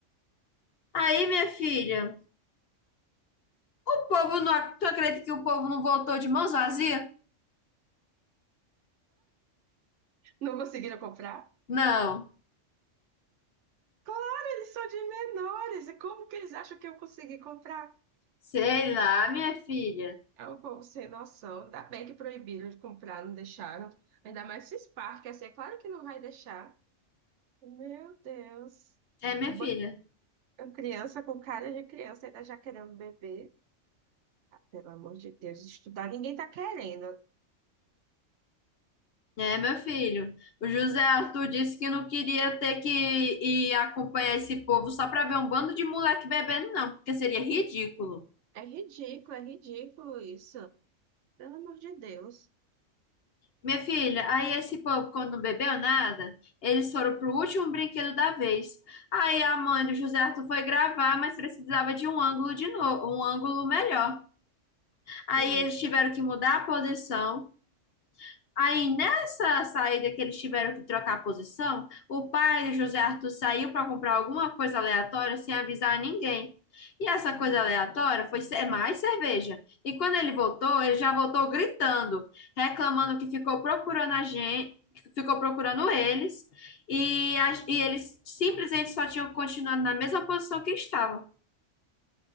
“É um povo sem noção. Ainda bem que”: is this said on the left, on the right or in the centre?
Right